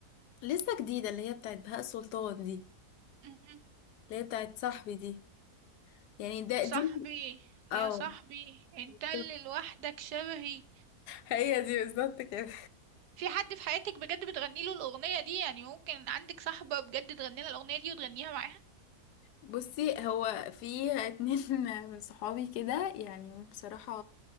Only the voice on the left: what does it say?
لسه جديدة اللي هي بتاعت بهاء سلطان دي
اللي هي بتاعت صاحبي دي يعني ده دي
اه
بالظبط.
هي دي بالظبط كده
بصي هو في اتنين <laughs> من صحابي كده يعني هم بصراحة